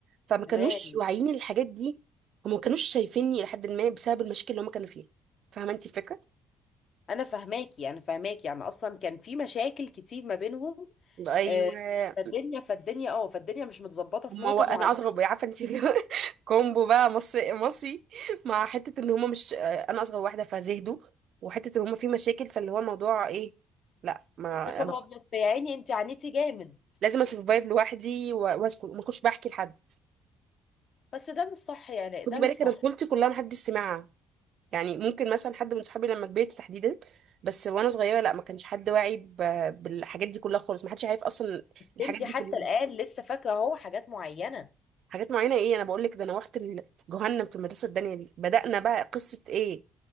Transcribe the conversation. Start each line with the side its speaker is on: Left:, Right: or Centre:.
Right: فما كانوش
Left: تمام
Right: واعيين الحاجات دي وما كانوش شايفيني لحد ما بسبب المشاكل اللي هم كانوا فيها فاهمه انت الفكره
Left: انا فهماكي انا فهماكي يعني اصلا كان في مشاكل كتير ما بينهم
Right: ايوه
Left: آه، فالدنيا فالدنيا اه فالدنيا مش متظبطه في
Right: هم
Left: نقطه
Right: و... انا
Left: معينه
Right: اصغر عارفه انت <laughs> اللي هو كومبو بقى مصري مصري مع حته ان هم مش انا اصغر واحده فزهدوا وحته ان هم في مشاكل فاللي هو الموضوع ايه لا ما
Left: يا خبر
Right: انا
Left: ابيض يا عيني انت عانيتي جامد
Right: لازم اسرفايف لوحدي و- واسكت وما كنتش بحكي لحد
Left: بس ده مش صح يعني
Right: خدي
Left: ده
Right: بالك
Left: مش صح
Right: انا طفولتي كلها محدش سمعها يعني ممكن مثلا حد من صحابي لما كبرت تحديدا بس وانا صغيره لا ما كانش حد واعي ب... بالحاجات دي كلها خالص ما حدش عارف اصلا الحاجات
Left: انت
Right: دي
Left: حتى
Right: كلها
Left: الآن لسه فاكرة اهو حاجات معينة
Right: حاجات معينه ايه انا بقول لك ده انا رحت ال- جهنم في المدرسه الدنيا دي بدأنا بقى قصه ايه